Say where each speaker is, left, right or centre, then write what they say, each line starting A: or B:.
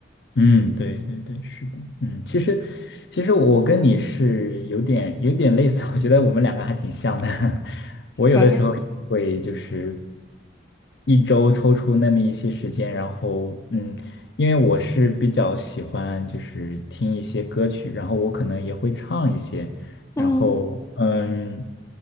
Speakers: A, on the left; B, on the left.
A: 嗯，对对对，是的，嗯，其实其实我跟你是有点有点类似，我觉得我们两个还挺像的。<laughs>
B: 是吧？
A: 我有的时候也会就是一周抽出那么一些时间，然后嗯，因为我是比较喜欢就是听一些歌曲，然后我可能也会唱一些，
B: 嗯，
A: 然后嗯，